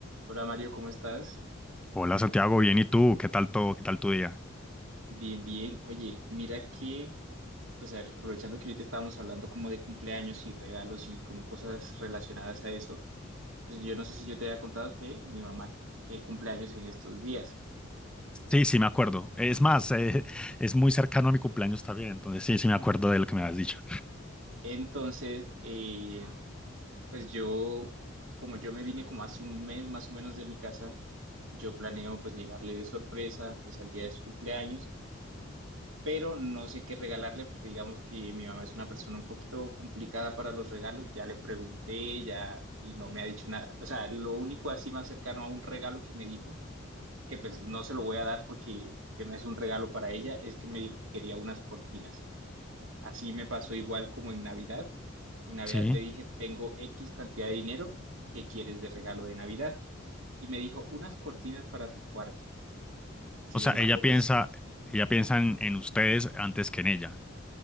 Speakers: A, on the right; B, in the centre.
A: Hola Mario, ¿cómo estás?
B: Hola Santiago, bien, ¿y tú? ¿Qué tal todo? ¿Qué tal tu día?
A: Bien, bien. Oye, mira que, pues a ver, aprovechando que ahorita estábamos hablando como de cumpleaños y regalos y como cosas relacionadas a eso, pues yo no sé si yo te había contado que mi mamá eh, cumpleaños en estos días.
B: Sí, sí, me acuerdo. Es más, eh, <laughs> es muy cercano a mi cumpleaños también, entonces sí, sí me acuerdo de lo que me habías dicho.
A: Entonces, eh, pues yo, como yo me vine como hace un mes más o menos de mi casa, yo planeo pues llegarle de sorpresa pues al día de su cumpleaños pero no sé qué regalarle porque digamos que mi mamá es una persona un poquito complicada para los regalos, ya le pregunté, ya y no me ha dicho nada. O sea, lo único así más cercano a un regalo que me dijo, que pues no se lo voy a dar porque que no es un regalo para ella, es que me dijo que quería unas cortinas. Así me pasó igual como en Navidad. En Navidad
B: Sí.
A: le dije, tengo X cantidad de dinero, ¿qué quieres de regalo de Navidad? Y me dijo, unas cortinas para tu cuarto. Sin
B: O sea,
A: embargo,
B: ella piensa,
A: pues,
B: ella piensa en, en ustedes antes que en ella.